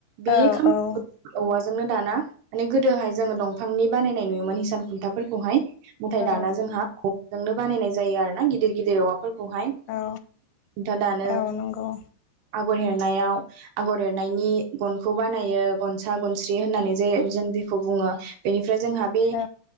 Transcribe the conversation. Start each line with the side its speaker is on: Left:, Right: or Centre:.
Left: औ
Right: बे <unintelligible>
Left: औ
Right: औवाजों जोंनो दाना माने गोदोहाय जोङो दंफांनि बानायनाय नुयोमोन हिसान खुन्थाफोरखौहाय ओमफ्राय
Left: औ
Right: दाना जोंहा जोंनो बानायनाय जायो आरो ना गिदिर गिदिर औवाफोरखौ खौहाय
Left: औ
Right: <inaudible> था दानो
Left: औ नंगौ
Right: आगर एरनायाव आगर एरनायनि गनखौ बानायो गनसा गन स्रि होननानै जे जों बुङो बेनि ओमफ्राय जोंहा बे
Left: औ